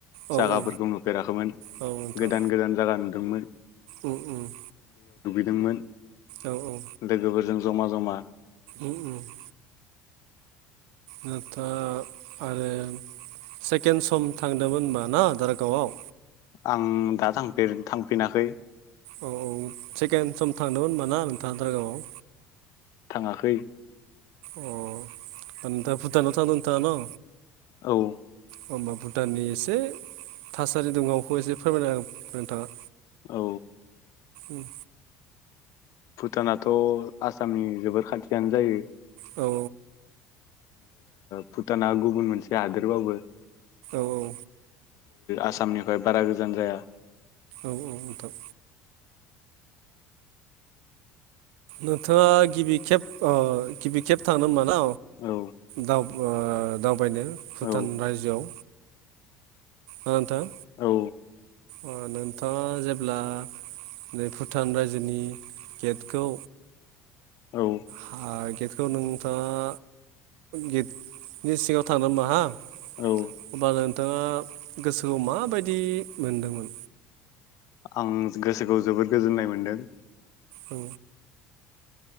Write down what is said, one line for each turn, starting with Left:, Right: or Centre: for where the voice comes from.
Right: औ
Left: जायागाफोरखौ
Right: औ
Left: नुफेराखैमोन
Right: औ नोंथां
Left: गोदान गोदान जायगा नुदोंमोन
Right: उम - उम
Left: नुदोंमोन
Right: औ - औ
Left: लोगोफोरजों जमा जमा
Right: उम - उम नाथाय आरो सेकेणड सम थांदोंमोन होनबा ना दारगावआव
Left: आं दा थां थांफिनाखै
Right: औ औ सेकेणड सम थांदोंमोन होनब ना नोंथांङा दारगावआव
Left: थाङाखै
Right: अ नोंथां भुटान <unintelligible> नोंथांङा न
Left: औ
Right: होनबा भुटाननि एसे थासारि दुंहावखौ एसे फोरमायना नोंथांङा
Left: औ
Right: उम
Left: भुटानाथ' आसामनि जोबोर खाथियानो जायो
Right: औ
Left: भुटाना गुबुन मोनसे हादोरबाबो
Right: औ - औ
Left: आसामनिफ्राय बारा गोजान जाया
Right: औ - औ नोंथां नोंथांङा गिबि खेब गिबि खेब थांनो होनबा ना
Left: औ
Right: दा दावबायनो भुटान
Left: औ
Right: रायजोआव ओ नोंथां
Left: औ
Right: अ नोंथांङा जेब्ला नै भुटान रायजोनि गेटखौ
Left: औ
Right: हा गेटखौ नोंथांङा गेटनि सिंङाव थांदों नामा हा
Left: औ
Right: होनब्लााल नोंथांङा गोसोखौ माबायदि मोनदोंमोन
Left: आं गोसोखौ जोबोद गोजोननाय मोनदों
Right: औ